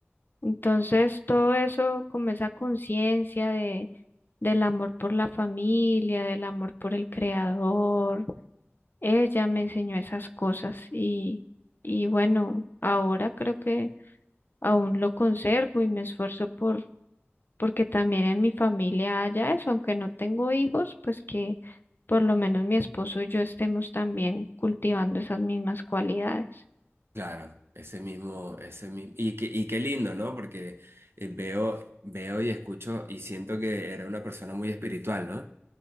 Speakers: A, on the left; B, on the right.
A: Entonces, todo eso, como esa conciencia de, del amor por la familia, del amor por el creador, ella me enseñó esas cosas y, y bueno, ahora creo que aún lo conservo y me esfuerzo por, porque también en mi familia haya eso, aunque no tengo hijos, pues que por lo menos mi esposo y yo estemos también cultivando esas mismas cualidades.
B: Claro, ese mismo, ese mismo, y qué, y qué lindo, ¿no? Porque eh, veo, veo y escucho y siento que era una persona muy espiritual, ¿no?